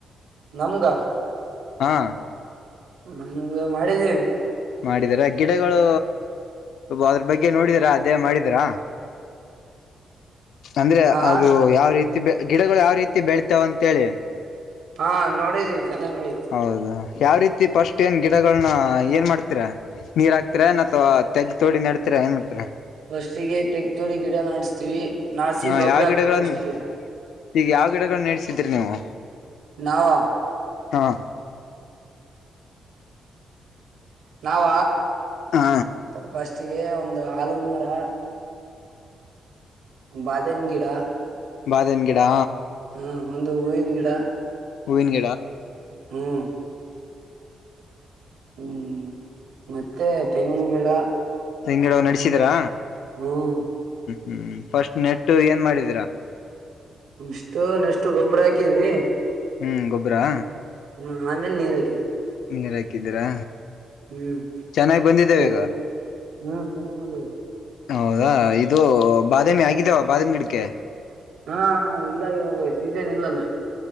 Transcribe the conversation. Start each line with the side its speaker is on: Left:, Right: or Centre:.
Right: ನಮ್ಗ.
Left: ಹಾ.
Right: ನಮ ಮಾಡಿದ್ದೀವಿ.
Left: ಮಾಡಿದರಾ ಗಿಡಗಳು ಅದ್ರ ಬಗ್ಗೆ ನೋಡಿದರಾ ಅದೇ ಮಾಡಿದೀರಾ. ಅಂದ್ರೆ
Right: ಹಾ
Left: ಅದು ಯಾವ ರೀತಿ. ಗಿಡಗಳು ಯಾವ ರೀತಿ ಬೆಳತಾವ ಅಂತೇಳಿ.
Right: ಹಾ ನೋಡಿದಿ. ಚೆನ್ನಾಗ್ ನೋಡು.
Left: ಹೌದಾ ಯಾವ ರೀತಿ ಪಫಸ್ಟ್ ಏನು ಗಿಡಗಳನ್ನ ಏನು ಮಾಡ್ತೀರಾ. ನೀರ್ ಹಾಕ್ತರ ನ ತೆಗ್ಗ ತೋ ನೆಡ. ಏ್ ಇತಾ.
Right: ಬಸಿಗೆ ತೆಗ್ತೋಡಿ. ಗಿಡ ನಡಸ್ತಿವಿ ನಾಸಿ
Left: ಹ
Right: ಗೊಬ್ಬರ
Left: ಯಾವ
Right: ಆಕ್ತಿವಿ
Left: ಗಿಡಗಳನ್ನ
Right: ಫಸ್ಟಿಗೆ.
Left: ಈಗ ಯಾವ ಗಿಡಗಳು ನಡ್ಸಿದ್ರಿ ನೀವು.
Right: ನವ.
Left: ಹಾ.
Right: ನಾವ.
Left: ಹಾ
Right: ಬ. ಅಚ್ಚಿಗೆ ಒಂದು ಆಲದ ಮರ. ಬಾದಾಮ ಗಿಡ.
Left: ಬಾದೆಮ ಗಿಡಾ.
Right: ಹ್ಮ್ ಒಂದು ಹೂವಿನ ಗಿಡ.
Left: ಹುವಿನ.
Right: ಹ್ಮ್. ಹ್ಮ್. ಮತ್ತೆ ತೆಂಗಿನ ಗಿಡ.
Left: ತೆಂಗಿನ ಗಿಡ ನಡಸಿದೀರಾ
Right: ಹ್ಮ್
Left: ಹ್ಮ್ ಫಸ್ಟ್ ನೆಟ್ಟು ಏನ್ ಮಾಡಿದ
Right: ಅಷ್ಟು ನ ಎಷ್ಟು ಗೊಬ್ಬರ ಹಾಕಿ ಹಾಕ್ಕಿದ್ವಿ
Left: ಹ್ಮ್ ಗೊಬ್ಬರಾ
Right: ಹ್ಮ ಆಮೇಲೆ ನೀರ್ ಹಾಕಿದೆ
Left: ನೀರ್ ಹಾಕಿದೀರಾ
Right: ಹ್ಮ್
Left: ಚೆನ್ನಾಗಿ ಬಂದಿದ್ದೇವೆ ಈಗ
Right: ಹ್ಮ್ ಸಲ ಮಾಡಂದ
Left: ಹೌದಾ ಇದು ಬಾದಾಮಿ ಆಗಿದವ ಬಾದಾಮಿ ಗಿಡಕ್ಕೆ
Right: ಹಾ ಇಲ್ಲ ಇವಾಗ ಸೀಜನ್ ಇಲ್ಲಲ್ಲ